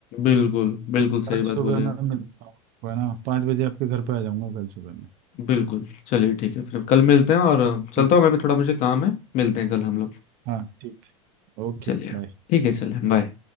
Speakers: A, on the left; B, on the right.
A: बिल्कुल बिल्कुल
B: तो
A: सही
B: कल
A: बात
B: सुबह
A: बोले
B: मैं
A: आप
B: मिलता हूँ है ना पाँच बजे आपके घर पे आ जाऊँगा कल सुबह में
A: बिल्कुल चलिए ठीक है फिर कल मिलते हैं और चलता
B: ठीक
A: हूँ मैं भी थोड़ा मुझे काम है मिलते हैं कल हम लोग
B: हाँ ठीक Okay
A: चलिए
B: bye
A: ठीक है चलिए बाय